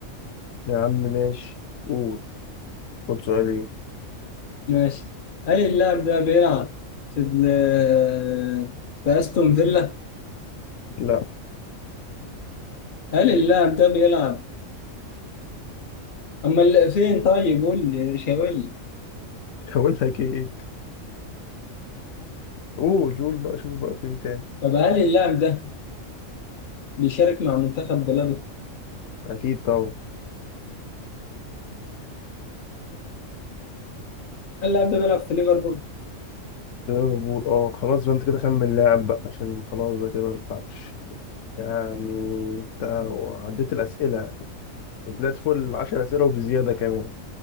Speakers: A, on the left; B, on the left.
A: يا عم ماشي قول خد سؤال ايه
B: ماشي هل اللاعب ده بيلعب في ال- في استون فيلا
A: لا
B: هل اللاعب ده بيلعب اما ال- فين طيب قول لي شاور لي
A: <laughs> هقول لك ايه اوه جول بقى شوف بقى فين تاني
B: طب هل اللاعب ده بيشارك مع منتخب بلاده
A: اكيد طبعا
B: اللاعب ده بيلعب في ليفربول
A: ليفربول اه خلاص بقى انت كده خمن لاعب بقى عشان خلاص بقى كده ما ينفعش يعني انت عديت الاسئله طلعت فوق العشر اسئله وبزياده كمان